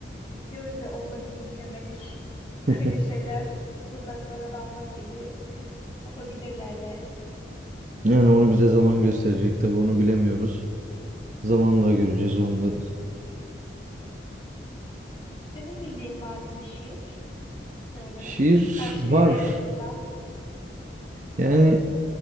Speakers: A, on the left (about 30°); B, on the right (about 45°).
A: biz diyoruz ya overthinklemek <laughs>
B: <laughs>
A: öyle şeyler uzaklara dalmak gibi yapabilirler yani.
B: Yani onu bize zaman gösterecek tabii onu bilemiyoruz. Zamanla göreceğiz onu da.
A: Senin bildiğin var mı bir şiir? Böyle
B: Şiir
A: başlığı
B: var.
A: en azından.
B: Yani